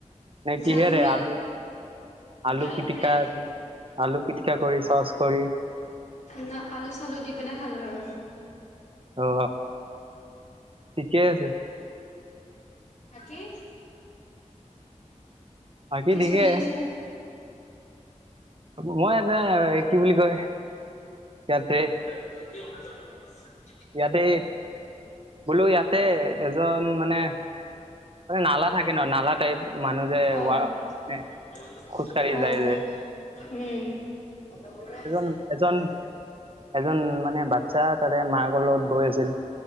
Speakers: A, on the right; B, on the left.
A: নে কি
B: ঝালমুড়ি
A: হেৰে আলু আলু
B: ঝালমুড়ি
A: পিটিকা দি আলু পিটিকা কৰি চচ কৰি
B: ন আলু চালু দি পিনে খালো আৰু
A: অ', ঠিকে আছে।
B: আকি
A: বাকী
B: কি
A: ঠিকে
B: চলি আছে?
A: মই এটা কি বুলি কয় ইয়াতে
B: ত ত <unintelligible>
A: ইয়াতে বোলো ইয়াতে এজন মানে মানে নালা থাকে ন নালা টাইপ
B: অহ
A: মানুহ যে ৱা মানে
B: অহ
A: খোজকাঢ়ি যায় যে
B: উম <unintelligible>
A: এজন এজন এজন মানে বাচ্ছা তাৰে মাকৰ লগত গৈ আছিল,